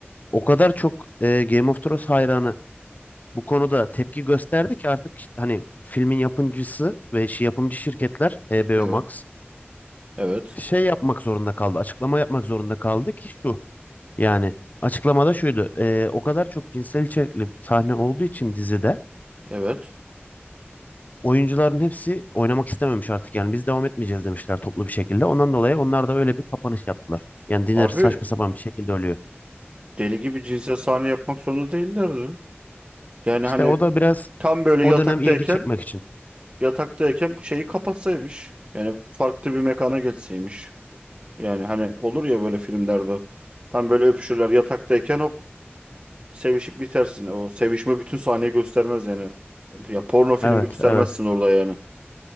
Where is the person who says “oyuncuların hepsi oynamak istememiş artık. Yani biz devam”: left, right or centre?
Left